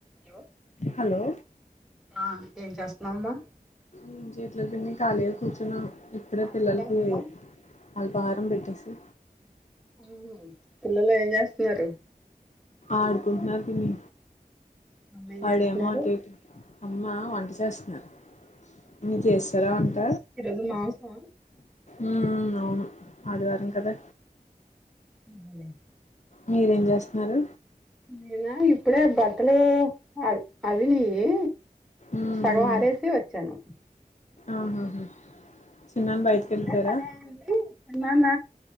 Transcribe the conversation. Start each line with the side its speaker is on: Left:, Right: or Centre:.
Centre: యో
Left: హలో
Centre: ఆ ఏం చేస్తున్నావమ్మా
Left: ఏం చేయట్లేదు పిన్ని ఖాళీగా కూర్చున్నాం ఇప్పుడే
Centre: ఆదివారం
Left: పిల్లలకి
Centre: కదా
Left: అల్పహారం పెట్టేసి
Centre: ఉహు పిల్లలు ఏం చేస్తున్నారు
Left: ఆడుకుంటున్నారు పిన్ని
Centre: అమ్మ ఏం
Left: ఆడేమో
Centre: చేస్తున్నారు
Left: అటు ఇటు అమ్మా వంట చేస్తున్నారు మీర్ చేసేసారా వంట
Centre: ఈరోజు మాంసం
Left: ఉ ఉ అవును అదివారం కదా
Centre: అదే
Left: మీరేం జేస్తున్నారు
Centre: నేనా ఇప్పుడే బట్టలు అయి అవినయి
Left: ఉమ్
Centre: సగం ఆరేసి వచ్చాను
Left: ఆహాహా చిన్నాన్న బయటికి
Centre: ఇప్పుడే
Left: వెళ్ళిపోయారా
Centre: పని అయిపోయింది చిన్నాన్న